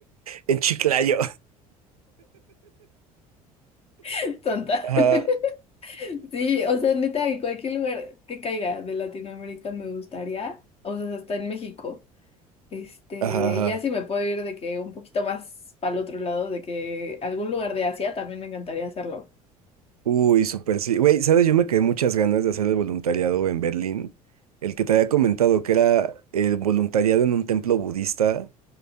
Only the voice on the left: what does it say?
<laughs> tonta.
<laughs> Sí, o sea, neta, en cualquier lugar que caiga de Latinoamérica me gustaría, o sea, hasta en México. Este,
ya sí me puedo ir de que un poquito más para el otro lado, de que algún lugar de Asia también me encantaría hacerlo.